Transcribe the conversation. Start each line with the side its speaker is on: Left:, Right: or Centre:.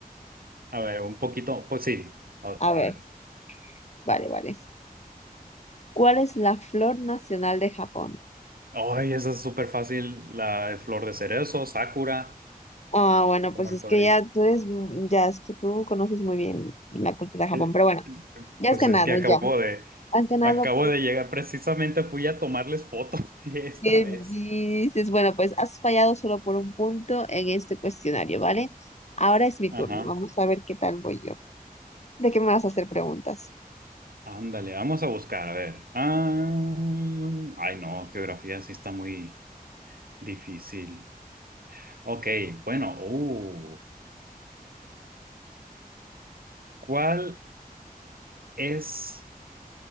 Right: a ver, un poquito. Pues sí. a
Left: A
Right: a
Left: ver,
Right: ver.
Left: vale, vale. ¿Cuál es la flor nacional de Japón?
Right: Ay, esa es súper fácil. La de flor de cerezo, Sakura,
Left: Ah, bueno,
Right: ¿cómo
Left: pues
Right: él
Left: es
Right: podría?
Left: que ya tú eres, mu- ya es que tú conoces muy bien la cultura de Japón,
Right: Eh,
Left: pero bueno,
Right: es-
Left: ya
Right: pues
Left: has ganado,
Right: es que acabo
Left: ya.
Right: de,
Left: Has ganado
Right: acabo de llegar. Precisamente fui a tomarles foto <laughs> esta
Left: ¿Qué
Right: vez.
Left: dices? Bueno, pues has fallado solo por un punto en este cuestionario, ¿vale? Ahora es mi
Right: Ajá.
Left: turno. Vamos a ver qué tal voy yo. ¿De qué me vas a hacer preguntas?
Right: Ándale, vamos a buscar, a ver. Ah, ay, no, geografía sí está muy difícil. Ok, bueno, uh, ¿cuál es